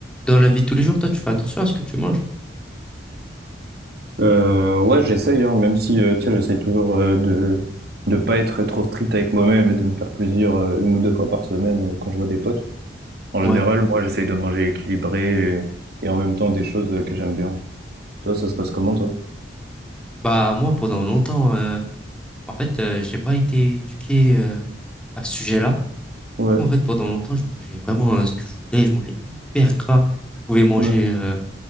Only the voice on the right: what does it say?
Euh, ouais, j'essaye, hein, même si euh, tu sais, j'essaie toujours euh, de de pas être trop strict avec moi-même et de me faire plaisir euh, une ou deux fois par semaine euh, quand je vois des potes. En
général, moi, j'essaye de manger équilibré et, et en même temps des choses euh, que j'aime bien. Toi, ça se passe comment,
toi?
Ouais,
ouais,